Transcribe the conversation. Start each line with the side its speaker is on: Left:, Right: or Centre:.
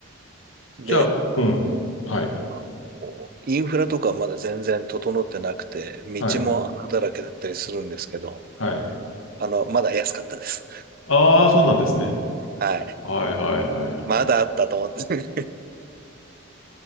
Right: で、
Left: じゃあ、うん。はい、
Right: あこうインフラとかまだ全然整ってなくて、道も穴だらけだったりするんですけど、
Left: はい、はい。
Right: あの、まだ安かったです。
Left: ああ、そうなんですね。
Right: <laughs> はい。
Left: はい、はい、はい、は
Right: まだあったと思って。<laughs>